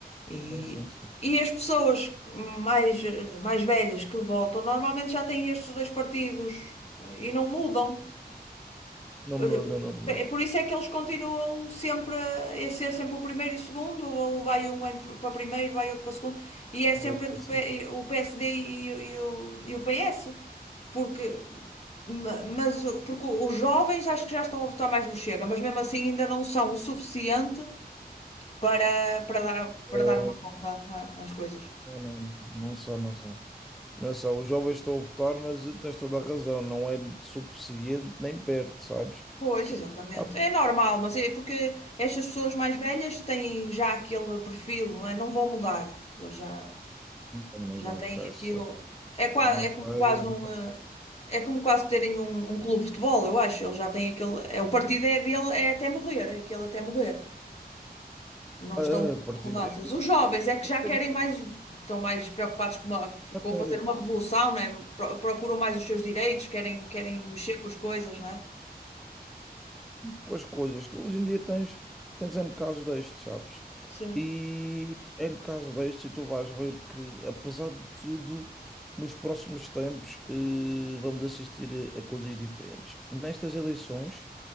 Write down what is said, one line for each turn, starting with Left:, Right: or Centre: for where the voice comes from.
Left: E,
Centre: Sim, sim, sim.
Left: e as pessoas mais, eh, mais velhas que votam normalmente já têm estes dois partidos eh, e não mudam.
Centre: Não
Left: Eh,
Centre: muda, não muda.
Left: é Por isso é que eles continuam sempre a a ser sempre o primeiro e o segundo, ou vai um em- para primeiro, vai outro para segundo, e é sempre
Centre: Eu
Left: entre
Centre: consigo-
Left: o P- o PSD e, o, e o e o PS, porque. Ma- Mas, o- porque os jovens acho que já estão a votar mais no Chega, mas mesmo assim ainda não são o suficiente para, para dar, para
Centre: Eh,
Left: dar uma volta a- às coisas.
Centre: Não, não não só, não só. Não só, os jovens estão a votar, mas tens toda a razão, não é suficiente nem perto, sabes?
Left: Pois, exatamente.
Centre: Ah, pá,
Left: É normal, mas é porque estas pessoas mais velhas têm já aquele perfil, não é? Não vão mudar. Eles já,
Centre: então não
Left: já
Centre: vamos
Left: têm
Centre: para
Left: aquilo.
Centre: essa.
Left: É, qua-
Centre: Armadas,
Left: é como quase um. eh, É como quase terem um, um clube de futebol, eu acho. Eles já têm aquele. É, o partido é dele, é até morrer, é aquele até morrer. Não
Centre: ah,
Left: estão muito
Centre: a partir
Left: com mudanças.
Centre: de
Left: Os jovens é que
Centre: Isso
Left: já querem
Centre: é o que
Left: mais, estão mais preocupados com, uma-
Centre: já
Left: com
Centre: querem,
Left: fazer uma revolução, não é? Pro- Procuram mais os seus direitos, querem, querem mexer com as coisas, não é?
Centre: com as coisas. Tu hoje em dia tens, tens N casos destes, sabes?
Left: Sim.
Centre: E N casos destes, e tu vais ver que, apesar de tudo, nos próximos tempos eh, vamos assistir a, a coisas diferentes. Nestas eleições,